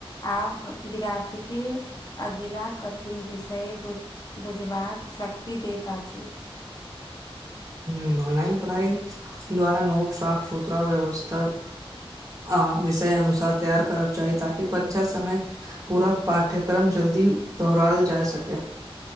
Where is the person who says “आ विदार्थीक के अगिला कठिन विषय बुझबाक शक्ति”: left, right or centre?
Left